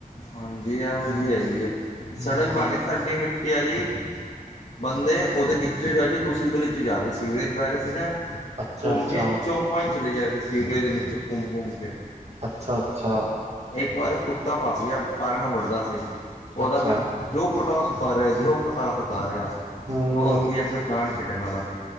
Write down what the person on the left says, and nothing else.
ਹਾਂਜੀ, ਐਹੋ ਜਿਹੀ
ਹੈਗੀ ਹੈ,
ਸੜਕ ਬਣ ਰਹੀ, ਸਾਡੀ ਮਿੱ ਟੀ, ਵਾਲੀ ਬੰਦੇ ਉਹਦੇ ਨਿੱਚੋਂ ਜਾ ਕੇ, ਦੂਸਰੀ ਗਲੀ ਚੋਂ ਜਾ ਰਹੇ, ਸੀਵਰੇਜ ਪੈ ਰਹੇ ਸੀ ਨਾ।
ਘੁੰਮ
ਕੇ ਚੌਂਕਾ ਚ ਚਲੇ ਜਾ ਰਹੇ ਸੀ, ਸੀਵਰੇਜ ਦੇ ਨੀਚੌਂ ਘੁੰਮ -ਘੁੰਮ ਕੇ।
ਇੱਕ ਵਾਰ ਕੁੱਤਾ ਫਸ ਗਿਆ, ਸਾਰਿਆਂ ਨੂੰ ਵੱਢਦਾ ਸੀ, ਉਹਦਾ
ਫਿਰ ਜੋ ਪਟਾਸ ਉਤਾਰਿਆ, ਜੋ ਪਟਾਸ ਉਤਾਰਿਆ
ਉਹ ਉੱਥੇ ਹੀ ਆਪਣੇ ਪ੍ਰਾਣ ਛੱਡਣ ਵਾਲਾ ਸੀ।